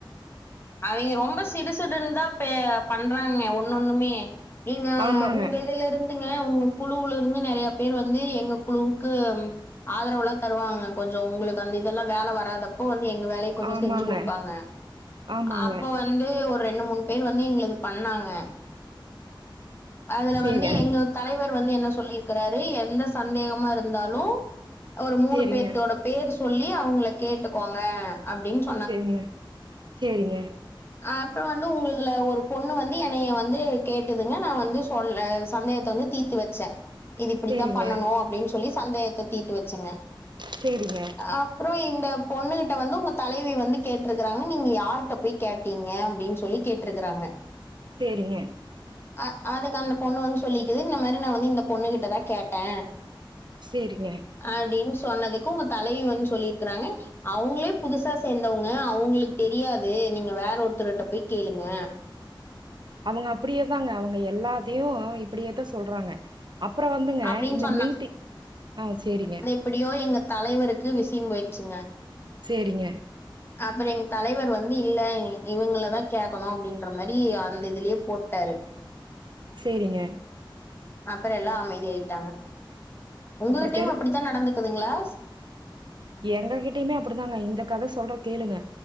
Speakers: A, on the left; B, on the right.
A: அவிங்க ரொம்ப சிடுசிடுன்னு தா பே பண்றாங்க ஒன்னு ஒன்னுமே நீங்க
B: ஆமாங்க,
A: உங்க இதுல இருந்து இல்லைங்க உங்க குழுல இருந்து நெறைய பேர் வந்து எங்க குழுவுக்கு ஆதரவுலா தருவாங்க கொஞ்ச உங்களுக்கு அந்த இதுதெல்லா வேல வராத அப்போ வந்து எங்க வேலய கொஞ்ச
B: ஆமாங்க,
A: செஞ்சி குடுப்பாங்க
B: ஆமாங்க.
A: அப்ப வந்து ஒரு ரெண்டு மூணு பேர் வந்து எங்களது பண்ணாங்க அதுல
B: சரிங்க,
A: வந்து எங்களுக் தலைவர் வந்து என்ன சொல்லியிருக்கறாரு எந்த சந்தேகமா இருந்தாலு ஒரு மூணு
B: சரிங்க,
A: பேர்த்தோட பேர் சொல்லி அவுங்கள கேட்டுக்கோங்க அப்டின்னு
B: சேரிங்க சேரிங்க
A: அப்பற வந்து உங்கதுல ஒரு பொண்ணு வந்து என்னைய வந்து கேட்டுதுங்க நா வந்து சொல்லல சந்தேகத்த வந்து தீத் தீத்து வச்ச இது இப்டித்தா
B: சரிங்க,
A: பண்ணனு அப்டின்னு சொல்லி சந்தேகத்த தீத்து வச்சங்க
B: சேரிங்க
A: அப்புறொ இந்த பொண்ணுகிட்ட வந்து உங்க தலைவி வந்து கேட்ருக்குறாங்க நீ நீங்க யார்ட்ட போய் கேட்டீங்க அப்படின்னு சொல்லி கேட்ருக்குறாங்க
B: சேரிங்க
A: அ அதுக்கு அந்த பொண்ணு வந்து சொல்லிக்கிது இந்த மாரி நா வந்து இந்த பொண்ணுகிட்டதா கேட்டே
B: சரிங்க.
A: அப்டின் சொன்னதுக்கு உங்க தலைவி வந்து சொல்லிருக்குறாங்க அவுங்களே புதுசா சேந்தவுங்க அவுங்களுக் தெரியாது நீங்க வேற ஒருத்தர்கிட்ட போய் கேளுங்க
B: அவுங்க அப்டியேதாங்க அவுங்க எல்லாத்தையு இப்படியேத்தான் சொல்றாங்க அப்பறொ வந்துங்க
A: அப்டின்னு
B: இந்த மீட்டிங் ஆ சேரிங்க
A: எப்படியோ எங்க தலைவருக்கு விஷயம் போயிருச்சிங்க
B: சேரிங்க
A: அப்பற எங்க தலைவர் வந்து இல்ல இவுங்கள தா கேக்கணு அப்டின்ற மாதிரி அந்த இதுலயே போட்டாரு
B: சேரிங்க
A: அப்பற எல்லா அமைதி ஆயிட்டாங்க உங்ககிட்டையும்
B: அப்புறோ
A: அப்படித்தான் நடந்துக்குதுங்ளா
B: எங்ககிட்டயுமே அப்படித்தாங்க இந்த கத சொல்ற கேளுங்க